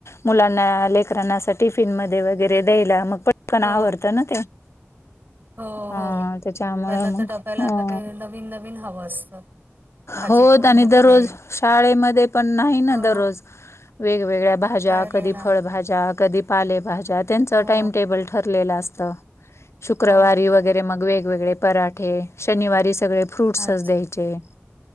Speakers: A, on the left; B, on the right.
A: मुलांना लेकरांना असं टिफिनमध्ये वगैरे द्यायला मग पटकन
B: हो
A: आवरत ना ते
B: हो
A: अ
B: हो
A: त्याच्यामुळे
B: त्यांना
A: मग
B: तर डब्याला आता
A: अ
B: ते नवीन नवीन हवं असतं. भाजीपोळी
A: होत आणि
B: नकोय
A: दररोज शाळेमध्ये पण नाही ना
B: हो
A: दररोज वेगवेगळ्या भाज्या,
B: काय
A: कधी
B: देणार
A: फळभाज्या, कधी पालेभाज्या त्यांचं
B: हो
A: टाइमटेबल ठरलेलं असतं. शुक्रवारी
B: हो
A: वगैरे मग वेगवेगळे पराठे, शनिवारी सगळे फ्रूट्सच
B: अच्छाच
A: द्याय चे.